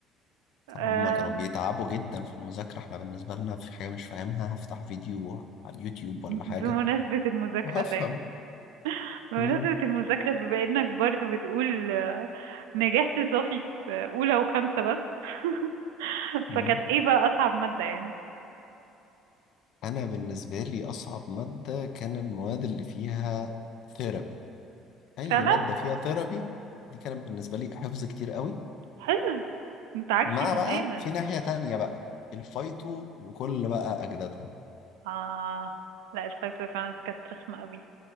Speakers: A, on the right; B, on the left.
A: آه،
B: هم كانوا بيتعبوا جدا في المذاكرة احنا بالنسبة لنا في حاجة مش فاهمها هفتح فيديو على اليوتيوب
A: <laughs>
B: ولا حاجة
A: بمناسبة المذاكرة
B: وهفهم
A: طيب <laughs> بمناسبة
B: مم.
A: المذاكرة بما انك برضو بتقول آه، نجحت صافي في اولى وخمسة بس <laughs>
B: مم.
A: فكانت ايه بقى اصعب مادة يعني
B: أنا بالنسبة لي أصعب مادة كان المواد اللي فيها ثيرابي أي
A: فعلا
B: مادة فيها ثيرابي دي كانت بالنسبة لي حفظ كتير قوي
A: حلو انت عكسي
B: مع
A: تماما
B: بقى في ناحية تانية بقى الفايتو وكل بقى أجدادها
A: اه لا الفايت واي فعلا كانت رخمة قوي